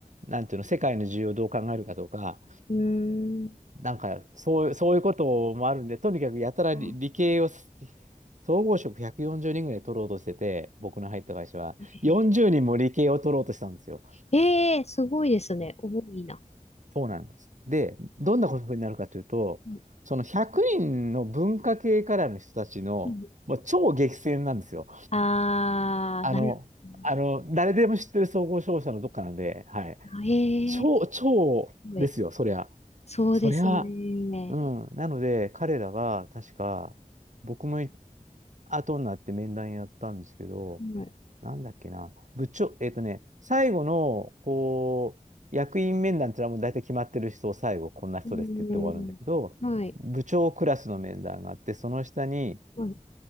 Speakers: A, on the right; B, on the left.
A: なんていうの、世界の需要をどう考えるかとか、
B: うんうん
A: なんか、そう、そういうこともあるんで、とにかくやたら理、
B: あ
A: 理系をす、総合職140人ぐらい取ろうとしてて、僕の入った会社は、
B: ーえ
A: 40人も理系を取ろうとしたんですよ。
B: えすごいですね。多いな。
A: そうなんです。で、どんなことになるかというと、
B: うん
A: その100人の文化系からの人たちの、
B: うん
A: もう超激戦なんですよ。
B: ああ、
A: あの、
B: なるほど。
A: あの、誰でも知ってる総合商社のどっかなんで、はい。
B: あええ、
A: 超、超ですよ、
B: すごい。
A: そりゃ。
B: そうですね。
A: そりゃ、うん。なので、彼らは、確か、僕もい後になって面談やったんですけど、
B: はい。
A: なんだっけな、部長、えっとね、最後の、こう、役員面談ってのはもう大体決まってる人を最後、こんな人ですって言って終わるんだけど、
B: うん、はい。
A: 部長クラスの面談があって、その下に
B: はい。